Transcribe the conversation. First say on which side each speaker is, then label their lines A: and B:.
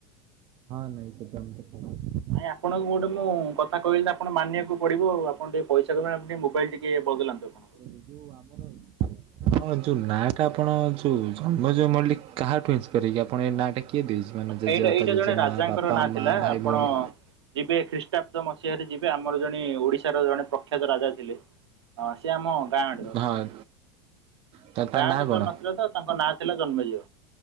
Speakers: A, on the right; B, on the right.
A: ହଁ ନାଇଁ ସେ <unintelligible>
B: ନାଇଁ ଆପଣଙ୍କୁ ଗୋଟେ ମୁଁ କଥା କହିଲି ଆପଣ ମାନିବାକୁ ପଡିବ ଆପଣ ଟିକେ ପଇସା ଆମେ ଟିକେ ମୋବାଇଲ ଟିକେ ବଦଳାନ୍ତୁ ଆପଣଙ୍କ ର।
A: ଏଇ ଯୋଉ ଆମର।
B: ହଁ
A: ଆପଣ ଯଉଁ ନାଁ ଟା ଆପଣ ଯଉଁ ଜନ୍ମ ଯେଉ ମିଲକ। କାହାଠୁ ଇନ୍ସପାୟାର ହେଇକି ଆପଣ? ଏ ନାଁଟା କିଏ? କିଏ ଦେଇଚି ମାନେ ଜେଜେବାପା
B: ଏଇଟା ଏଇଟା
A: ଜେଜେମା
B: ଜଣେ ରାଜାଙ୍କର
A: ବାପା
B: ନାଁ ଥିଲା
A: ମା ଭାଇ
B: ଆପଣ
A: ଭଉଣୀ?
B: ଯିବେ ଖ୍ରୀଷ୍ଟାବ୍ଦ ମସିହାରେ ଯିବେ। ଆମର ଜଣେ ଓଡିଶାର ଜଣେ ପ୍ରଖ୍ୟାତ ରାଜା ଥିଲେ। ହଁ ସିଏ ଆମ ଗାଁ ଆଡର <unintelligible>
A: ହଁ ତ ତା
B: ତାଙ୍କ
A: ନାଁ କଣ
B: ନାଁ ଥିଲା ଜନ୍ମେ ଯୟ।